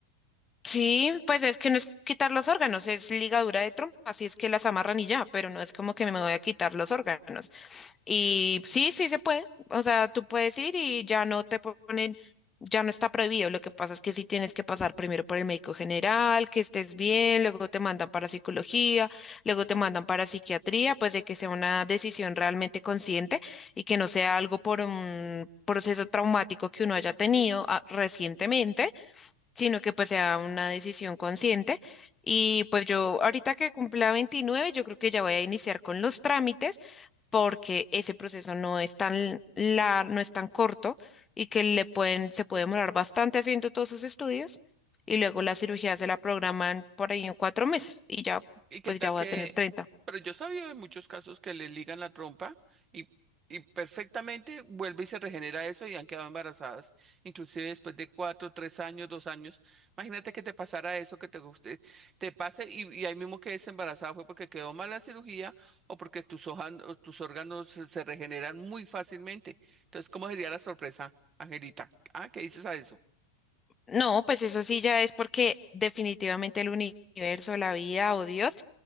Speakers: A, on the left (about 15°); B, on the right (about 25°).
A: Sí, pues es que no es quitar los órganos, es ligadura de trompa, así es que las amarran y ya, pero no es como que me voy a quitar los órganos. Y sí, sí se puede, o sea, tú puedes ir y ya no te ponen, ya no está prohibido, lo que pasa es que sí tienes que pasar primero por el médico general, que estés bien, luego te mandan para psicología, luego te mandan para psiquiatría, pues de que sea una decisión realmente consciente y que no sea algo por un proceso traumático que uno haya tenido ah, recientemente sino que pues sea una decisión consciente. Y pues yo ahorita que cumpla 29 yo creo que ya voy a iniciar con los trámites porque ese proceso no es tan lar- no es tan corto y que le pueden, se puede demorar bastante haciendo todos sus estudios y luego la cirugía se la programan por ahí en cuatro meses y ya
B: ¿Y qué
A: pues
B: tal
A: ya voy
B: que...
A: a tener treinta
B: Pero yo sabía sabido de muchos casos que le ligan la trompa y, y perfectamente vuelve y se regenera eso y han quedado embarazadas, inclusive después de cuatro, tres años, dos años. Imagínate que te pasara eso, que te guste, te pase y, y ahí mismo quedes embarazada fue porque quedó mal la cirugía o porque tus hojas, o tus órganos se, se regeneran muy fácilmente. Entonces, ¿cómo sería la sorpresa, Angelita? Ah, ¿qué dices a eso?
A: No, pues eso sí ya es porque definitivamente el universo, la vida o Dios